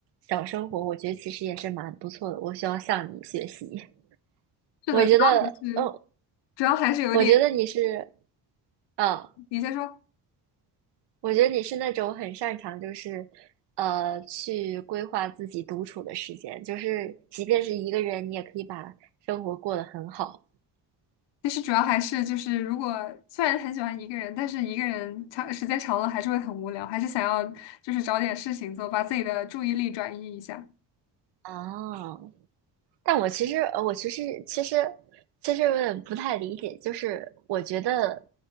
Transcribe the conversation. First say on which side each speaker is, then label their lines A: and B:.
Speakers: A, on the right; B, on the left.
A: 小生活，我觉得其实也是蛮不错的。我需要向你学习。<laughs>
B: 是的，
A: 我觉得，
B: 主要还是
A: 嗯，
B: 主要还是有点，
A: 我觉得你是，嗯、
B: 你先说。
A: 我觉得你是那种很擅长，就是呃，去规划自己独处的时间，就是即便是一个人，你也可以把生活过得很好
B: 其实主要还是就是，如果虽然很喜欢一个人，但是一个人长时间长了还是会很无聊，还是想要就是找点事情做，把自己的注意力转移一下。
A: 啊。但我其实，呃，我其实其实其实有点不太理解，就是我觉得